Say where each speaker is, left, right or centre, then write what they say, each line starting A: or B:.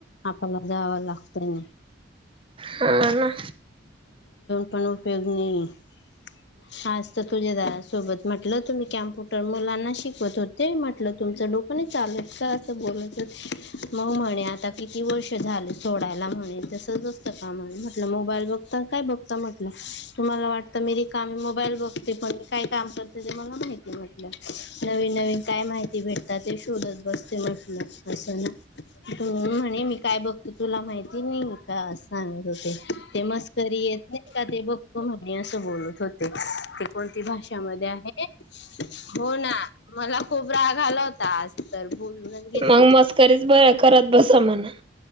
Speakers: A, on the left (about 60°); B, on the right (about 25°).
A: आपल्याला जावा लागतंय ना.
B: हा ना.
A: <unintelligible> हा असत तुझ्या जावे सोबत म्हटलं तुम्ही कॅम्प्युटर मुलांना शिकवत होते म्हटलं तुम ते टोक नाही चाल का अस बोलते मग म्हणे आता किती वर्ष झाले सोडायला. तसच असतका म्हटल मोबाईल बघता अण काय बघता म्हट तुम्हाला वाटत मी मोबाईल बघते पण म काय काम करते ते मला माहिती म्हटल नवीन नवीन काय माहिती भे ते शोधत बसते अस ना म्हणे मी काय बघतो तुला माहिती. माहिती नाही काय असे म्हणत होते. ते मस्करी येत नाइ का ते बघत म्हणे असं बोलत होते. कोणती भाषामध्ये आहे हो ना. मला खूप राग आला होता आज तर बोलूनच घेतलं.
B: मग मस्करीच बर करत बसा म्हणा.